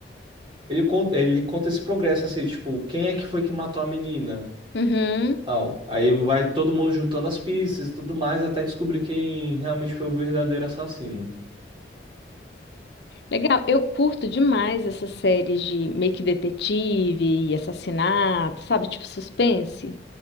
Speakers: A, on the right (about 25°); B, on the left (about 65°).
A: Ele conta, ele conta esse progresso, assim, tipo, quem é que foi que matou a menina?
B: Uhum.
A: tal. Aí vai todo mundo juntando as pistas e tudo mais até descobrir quem realmente foi o verdadeiro assassino.
B: Legal, eu curto demais essas séries de meio que detetive e assassinato, sabe? Tipo suspense.